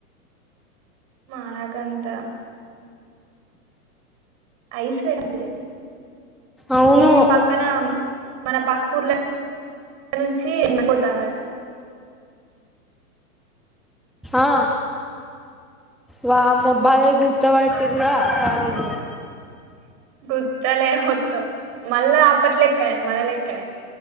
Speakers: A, on the right; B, in the centre.
A: మానకంత ఐస్ వెడి
B: అవును
A: ఈ పక్కన మన పక్కర్ల నుంచి పోతాలాట
B: ఆ వామ్మో భలే గుత్తబట్టిర్రుగా కాలేజ్
A: గుత్తలే మొత్తం మళ్ళా అప్పట్లెక్కనే మన లెక్కనే